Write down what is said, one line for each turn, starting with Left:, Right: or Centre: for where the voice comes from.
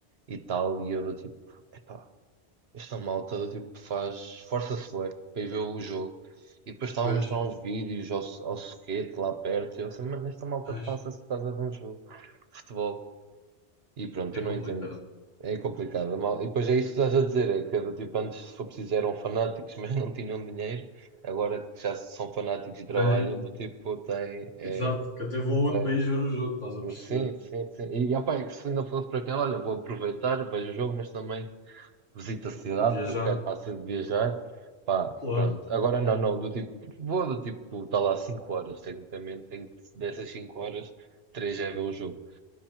Right: e tal, e eu do tipo, epá, esta malta do tipo faz, força-se bué para ir ver o jogo. E depois estava
Left: pois,
Right: a mostrar uns vídeos ao, ao Suquete lá perto. E eu assim, mas esta malta
Left: ai,
Right: passa-se por causa de um jogo de futebol. E pronto,
Left: é
Right: eu
Left: complicado.
Right: não entendo. É complicado. a mal- E depois é isso que estás a dizer, é que é do tipo, antes se for preciso eram fanáticos, <laughs> mas não tinham dinheiro. Agora que já são fanáticos e trabalham,
Left: Tem,
Right: do tipo, tem, é,
Left: exato, que até vão a outro
Right: é,
Left: país ver o jogo, estás a perceber?
Right: sim, sim, sim. E, opa, é que se ainda fosse para aquela, olha, vou aproveitar, vejo o jogo, mas também visito a cidade
Left: Vou viajar,
Right: porque quero pá, sempre viajar. Pá,
Left: claro.
Right: pronto. Agora não, não, do tipo, vou do tipo, está lá 5 horas, tecnicamente, tenho que, dessas 5 horas, 3 é ver o jogo.